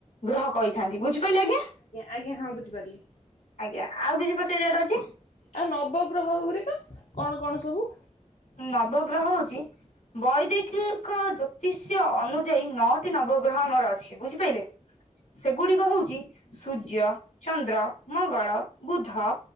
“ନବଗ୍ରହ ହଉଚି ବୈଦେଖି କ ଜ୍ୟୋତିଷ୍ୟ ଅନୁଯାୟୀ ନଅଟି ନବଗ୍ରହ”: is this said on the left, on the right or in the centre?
Left